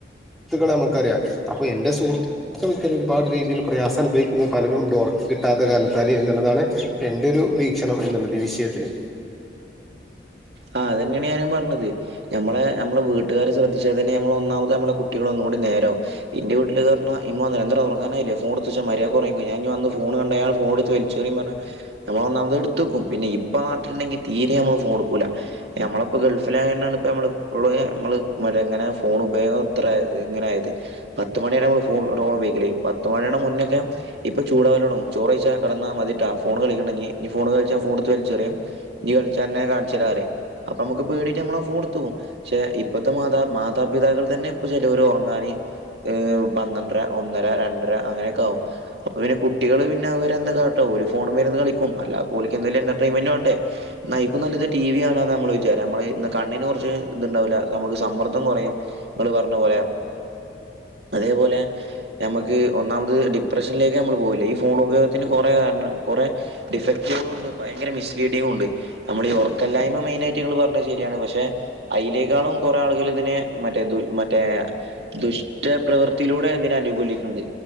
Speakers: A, in the centre; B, on the right (about 70°).
A: സുഹൃത്തുകളെ നമുക്കറിയാം അപ്പൊ എന്റെ സുഹൃ ഇത്തരം ഒരുപാട് രീതിയിൽ പ്രയാസ അനുഭവിക്കുന്നത് പലരും ഉണ്ട് ഉറക്ക് കിട്ടാത്ത കാരണത്താൽ എന്നുള്ളതാണ് എന്തരു വീക്ഷണം എന്നുള്ളത് ഈ വിഷയത്തില്
B: ആ അതെന്നെയാണ് ഞാനും പറഞ്ഞത് നമ്മളെ നമ്മള് വീട്ടുകാര് ശ്രധിച്ചാൽ തന്നെ നമ്മൾ ഒന്നാമത് നമ്മളെ കുട്ടികളൊന്നുകൂടി നേരാവും എന്റെ വീട്ടില് ഇത് അറിഞ്ഞാ ഉമ്മ ഉറങ്ങാനായില്ലേ ഫോൺ എടുത്ത് വെച്ചോ മരിയാദിക് ഉറങ്ങിക്കോ ഞാൻ ഇനി വന്ന് ഫോൺ കണ്ടാ ഞാൻ ഫോൺ എടുത്ത് വ <unintelligible> പറഞ്ഞ ഞമ്മളന്നാമത് എടുത്ത്വെക്കും പിന്നെ ഇപ്പ നട്ടുണ്ടെങ്കിൽ തീരെ നമ്മള് ഫോൺഎടൂക്കൂല്ല. നമ്മള ഇപ്പ ഗൾഫിലായാണ് ഇപ്പ നമ്മള ഇപ്പോള നമ്മള് മറ്റ എങ്ങനെ ഫോൺ ഉപയോഗം ഇത്ര ആയത് ഇങ്ങനെയായത് പത്ത്മണി വരെ നമ്മൾ ഫോൺ ഉപയോഗിക്കലേനി പത്ത് മണിയുടെമുന്നേ ഒക്കെ ഇപ്പൊ ചൂടാവലോടങ്ങും ചോറഴച കടന്നാ മതിട്ടാ ഫോൺകളിക്കണ്ടീ ഇനി ഫോൺ കളിച്ചാ ഫോൺ എടുത്ത് വലിച്ചെറിയും ഞ്കളിച്ച അന്നെ ഞാൻ കാണിച്ചിരാന്ന് പറിയും അപ്പൊ നമ്മുക്ക് പേടിച്ചിട്ട് നമ്മ ഫോൺ എടുത്ത്പോകും പക്ഷെ ഇപ്പത്തെ മാതാ മാതാപിതാക്കൾ തന്നെ ഇപ്പൊ ചിലർ ഉറങ്ങാന് പന്ത്രണ്ടര ഒന്നര രണ്ടര അങ്ങനെയൊക്കെ ആകും അപ്പൾ പിന്നെ കുട്ടികൾ പിന്നെ അവരെന്താ കാട്ട ഒരു ഫോൺ മൽ ഇ രുന്ന് കളിക്കും അല്ലാതെ ഓൽക്ക് എന്തെലും എന്റർടെയ്മെൻ്റ് വേണ്ടേ നയിക്കും നല്ലത് ടി വി ആണ് നമ്മൾ വിചാരം നമ്മള് കണ്ണിന് കുറച്ച് ഇത്ണ്ടാവില്ല നമ്മക്ക് സമ്മർദ്ദം കുറയും നമ്മൾ പറഞ്ഞ പോലെ അതേപോലെ നമക്ക് ഒന്നാമത് ഡിപ്രഷനിലേക്ക് നമ്മൾ പോകില്ല ഈ ഫോൺ ഉപയോഗത്തിന് കുറേ കാരണം കുറേ ഡിഫക്റ്റീും ഉണ്ട് ഭയങ്കര മിസ്ലീഡിങ്ങും ഉണ്ട് നമ്മളെ ഈ ഉറക്കല്ലായ്മ മെയിന ആയിട്ട്ങ്ങള് പറഞ്ഞത് ശരിയാണ് പക്ഷെ അയ്ലേക്കാളും കുറെേ ആളുകൾ ഇതിനെ മറ്റേ മറ്റേ ദുഷ്ടപ്രവർത്തിയിലൂടെ അതിനെ അനുകൂലിക്കുണ്ട്